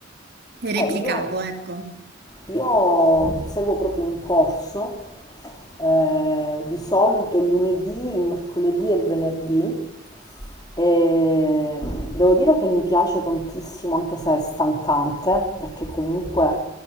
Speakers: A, on the right; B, on the left.
A: e replicavo,
B: Eh, io.
A: ecco.
B: Io seguo proprio un corso, eh, di solito il lunedì, il mercoledì e il venerdì, e devo dire che mi piace tantissimo, anche se è stancante, perché comunque